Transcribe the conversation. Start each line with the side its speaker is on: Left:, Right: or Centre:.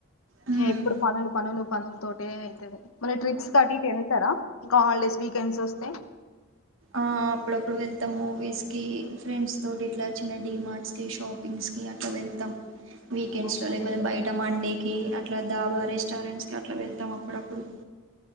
Right: హ్మ్
Left: ఎప్పుడు పనులు పనులు పనుల తోటె అయితది మల్లి ట్రిప్స్ కట్ వెళ్తారా ఇంకా హాలిడేస్ వీకెండ్స్ వస్తే
Right: ఆ అప్పుడప్పుడు వెళ్తాం మూవీస్ కి ఫ్రెండ్స్ తోటి ఇట్లా చిన్న డి మార్ట్స్ కి షాపింగ్స్ కి అట్లా వెళ్తాం వీకెండ్స్
Left: అవునండి
Right: లో లేకపోతే బయట మండే కి అట్లా ధాబా రెస్టారెంట్స్ కి అట్లా వెళ్తాం అప్పుడప్పుడు